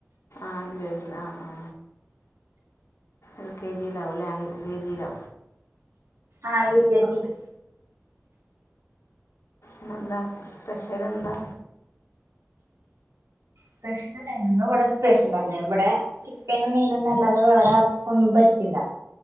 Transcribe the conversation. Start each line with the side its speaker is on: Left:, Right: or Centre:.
Left: ആ അഞ്ച് വയസ് ആ ആ എൽ കെ ജിയിലാവൂലേ കെ ജിയിലാ
Right: ആ എൽ. കെ. ജിയില്
Left: ന്ന്എന്താ സ്പെഷ്യല് എന്താ
Right: സ്പെഷ്യല് ഇവിടെ സ്പെഷ്യലല്ലെ ഇവിടെ ചിക്കനും മീനൊന്നുല്ലാതെ വേറെ ആർക്കും ഒന്നും പറ്റ റ്റില്ലാ